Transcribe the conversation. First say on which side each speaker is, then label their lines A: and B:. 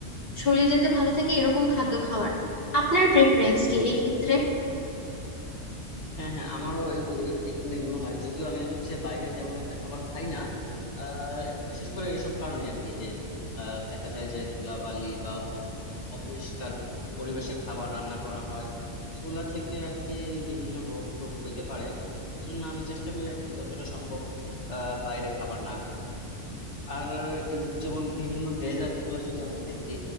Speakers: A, on the left; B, on the left.
A: শরীর যাতে ভালো থাকে এরকম খাদ্য খাওয়ার আপনার প্রেফারেন্স কি এই ক্ষেত্রে
B: হ্যাঁ হ্যাঁ আমারও এগুলোই মনে হয় যদিও আমি হচ্ছে বাইরে তেমন একটা খাবার খাই না আহ, বিশেষ করে এইসব কারণে আর কি যে আহ, দেখা যায় যে ধুলাবালি বা অপ- অপরিষ্কার পরিবেশে খাবার রান্না করা হয় এগুলা থেকে আর কি বিভিন্ন রোগ টোগ হইতে পারে এজন্য আমি চেষ্টা করি আর কি যতটা সম্ভব আহ বাইরে খাবার না আর এই যেমন বিভিন্ন ডেজার্ট গুলো যদি আমরা দেখি